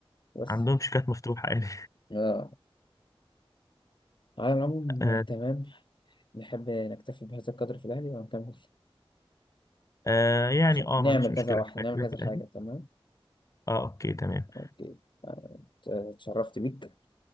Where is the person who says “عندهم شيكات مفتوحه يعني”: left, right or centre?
Left